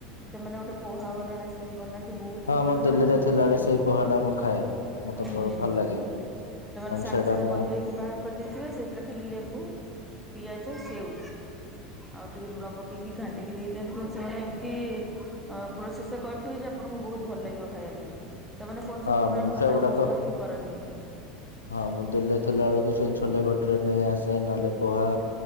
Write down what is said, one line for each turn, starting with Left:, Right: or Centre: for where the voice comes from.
Centre: ସେମାନେ ଗୋଟେ ପୋହାବର ରେସିପି ବନାନ୍ତି। ଦେଖିବେ ବୋହୁତ୍
Left: ହଁ
Centre: ସିମ୍ପୁଲ୍
Left: ମୁଁ ଦିଲ୍ଲୀରେ
Centre: ଆଉ ବୋହୁତ୍
Left: ଥିଲାବେଳେ
Centre: ଭଲ ଲାଗେ।
Left: ସେଇ ପୋହା ଟା ମୁଁ ଖାଏ ମତେ
Centre: ହୁଁ। ସେମାନେ
Left: ଭଲ ଲାଗେ କାରଣ
Centre: ସାଙ୍ଗେ
Left: ସେଇଟା
Centre: ସାଙ୍ଗେ
Left: ମୁଁ
Centre: ବତୁରେଇକି ବାହାର କରିଦେଇଥିବେ। ସେଥିରେଖାଲି ଲେମ୍ବୁ ପିଆଜ ସେଉ ଆଉ ଟିକେ ଲୁଣ ପକେଇକି ଘାଣ୍ଟିକି ଦେଇ ଦିଅନ୍ତି। କିନ୍ତୁ ସେମାନେ ଏମିତି ଅ ପ୍ରୋସେସ୍ ରେ କରିଥିବି ଯେ ଆପଣଙ୍କୁ ବୋହୁତ୍ ଭଲ ଲାଗିବ ଖାଇବା ପାଇଁ। ସେମାନେ କୌଣସି
Left: ହଁ
Centre: ପ୍ରକାର
Left: ମୁଁ
Centre: ଭଜାଭୋଜି
Left: ସେଗୁଡାକ
Centre: କରିକି କରନ୍ତିନି।
Left: ହଁ ମୁଁ ଦିଲ୍ଲୀରେ ଥିଲା ବେଳକୁ ସେ ଛୋଲେ ଭୋଟ୍ ରେ ନେଇ ଆସେ। ନହେଲେ ପୋହା